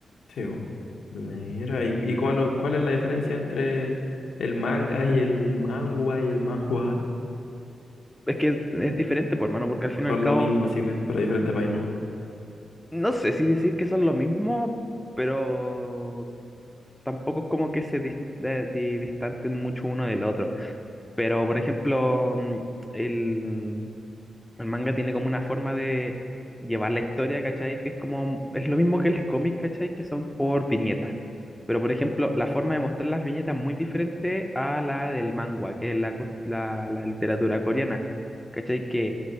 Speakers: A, on the left; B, in the centre.
A: Sí, vos. Mira, ¿y, y cuál, o- cuál es la diferencia entre el manga y el mangua y el manhua?
B: Es que es, es diferente, por hermano, porque al fin
A: Son
B: y al cabo,
A: lo mismo, así, pero diferente país, ¿no?
B: no sé si decir que son lo mismo, pero tampoco es como que se dis- de- di- distanten mucho uno del otro. Pero, por ejemplo, mm, el, El manga tiene como una forma de llevar la historia, ¿cachai? Que es como, es lo mismo que el cómic, ¿cachai? Que son por viñetas. Pero, por ejemplo, la forma de mostrar las viñetas es muy diferente a la del manhwa, que es la, cos- la, la literatura coreana, ¿cachai? Que